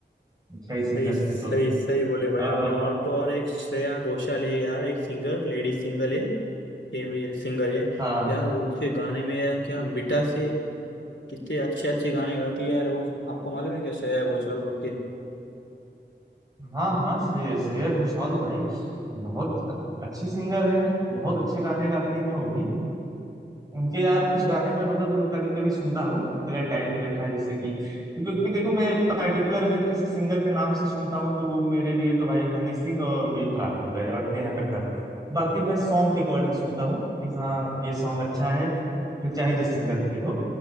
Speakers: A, on the right; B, on the left.
A: कई सिंगर्स
B: सही सही
A: के तो
B: सही बोले भाई
A: आ,
B: आपने और तो और एक श्रेया घोषाल है यार एक सिंगर लेडी सिंगर है फीमेल सिंगर है
A: हाँ
B: यार उसके गाने में यार क्या मिठास है कितने अच्छे अच्छे गाने गाती है यार वो आपको मालूम है क्या श्रेया घोषाल बोल के
A: हाँ हाँ श्रे- श्रेया घोषाल भाई बहुत अच्छी सिंगर हैं बहुत अच्छे गाने गाती हैं वो भी उनके यार कुछ गाने मैं मतलब कभी कभी सुनता हूँ अगर टाइम रहता है जैसे कि क्योंकि देखो मैं पर्टिकुलर अगर किसी सिंगर के नाम से सुनता हूँ तो वो मेरे लिए तो भाई हनी सिंह और बी प्राक हो गए और नेहा कक्कड़ बाकी मैं सॉन्ग के अकॉर्डिंग सुनता हूँ कि हाँ ये सॉन्ग अच्छा है फिर चाहे जिस सिंगर पे हो